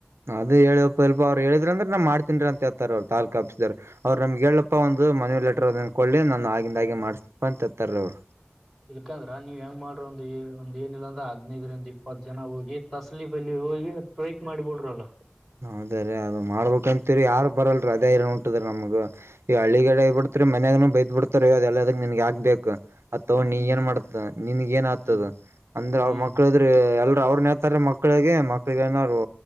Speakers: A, on the right (about 75°); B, in the centre.
A: ಅದ ಹೇಳವಪ್ಪ ಇಲ್ಪಾ ಅವರು ಹೇಳಿದ್ರ ಅಂದ್ರ ನಾ ಮಾಡ್ತನ್ರಿ ಅಂತ ಹೇಳ್ತಾರಿ ಅವ್ರ ತಾಲ್ಕಾ ಆಪ್ಸಿದರ ಅವರು ನಮ್ಗ ಹೇಳಪ್ಪಾ ಒಂದ. ಮನಿವ್ ಲೆಟರ್ ಒಂದ್ ಒಂದ್ ಕೊಡ್ಲಿ ನಾನ ಆಗಿಂದಾಗೆ ಮಾಡಸ್ತಿನಪಾ ಅಂತ ತತ್ತಾರಿ ಅವ್ರ.
B: ಇಲ್ಕಂದ್ರ ನೀವ್ ಹೆಂಗ ಮಾಡ್ರ ಒಂದು ಒಂದ್ ಏನಿಲ್ಲ ಅಂದ್ರ ಹದ್ನೈದರಿಂದ ಇಪ್ಪತ್ತ ಜನಾ ಹೋಗಿ ತಸಲಿ ಬಲಿ. ಹೋಗಿ ಸ್ಟ್ರೈಕ್ ಮಾಡಿಬಿಡ್ರಲ್ಲ.
A: ಹೌದ ರೀ ಅದ ಮಾಡ್ಬೇಕಂತೀರಿ ಯಾರ ಬರಲ್ರರಿ ಅದೇ ಏ ಉಂಟದ್ರ ನಮಗ ಈ ಹಳ್ಳಿಗಡೆ ಬಿಡ್. ತ್ರಿ ಮನ್ಯಾಗ್ ನು ಬೈದ್ ಬಿಡ್ತಾರ್ರೀ ಅದೆಲ್ಲದ ನಿನಗ್ಯಾಕ್ ಬೇಕ್. ಅದ ತೊಂಡ ನೀ
B: ಹ್ಮ್
A: ಏನ್ ಮಾಡ್ತ ನಿನ್ಗ ಏನ್ ಆತದ
B: ಹ್ಮ್
A: ಅಂದ್ರ
B: ಹ್ಮ್
A: ಅವ್ರ ಮಕ್ಕಳದ್ರ ಎ. ಅವ್ರುನ ಹೇಳ್ತಾರೆ ಮಕ್ಕಳಿಗೆ ಮಕ್ಳಿಗೆ ಏನಾರು